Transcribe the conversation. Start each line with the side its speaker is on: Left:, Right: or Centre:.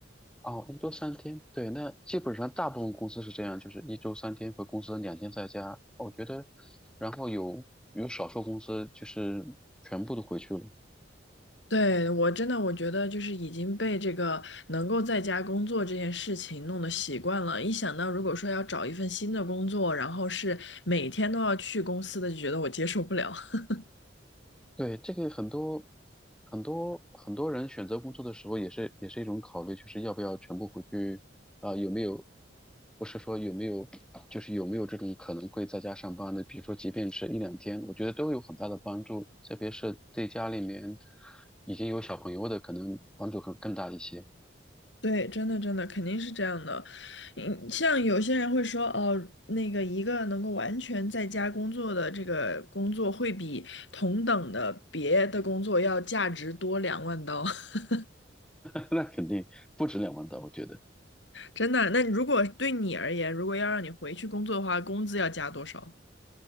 Centre: 哦，一周三天，对，那基本上大部分公司是这样，就是一周三天回公司，两天在家。我觉得，然后有有少数公司就是全部都回去了。
Left: 对，我真的我觉得就是已经被这个能够在家工作这件事情弄得习惯了，一想到如果说要找一份新的工作，然后是每天都要去公司的，就觉得我接受不了。<laughs>
Centre: 对，这个很多很多很多人选择工作的时候，也是也是一种考虑，就是要不要全部回去啊、有没有不是说有没有，就是有没有这种可能会在家上班的？比如说，即便是一两天，我觉得都有很大的帮助，特别是对家里面已经有小朋友的，可能帮助更更大一些。
Left: 对，真的真的肯定是这样的。嗯，像有些人会说，哦，那个一个能够完全在家工作的这个工作，会比同等的别的工作要价值多两万刀。<laughs>
Centre: <laughs> 那肯定不止两万刀，我觉得。
Left: 真的，那如果对你而言，如果要让你回去工作的话，工资要加多少？